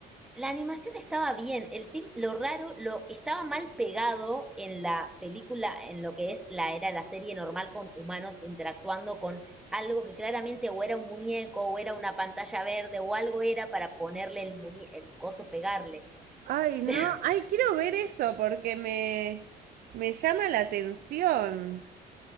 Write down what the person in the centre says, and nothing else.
La animación estaba bien, el team, lo raro, lo estaba mal pegado en la película, en lo que es la era la serie normal con humanos interactuando con algo que claramente o era un muñeco o era una pantalla verde o algo era para ponerle el muñe- el coso pegarle.
<laughs>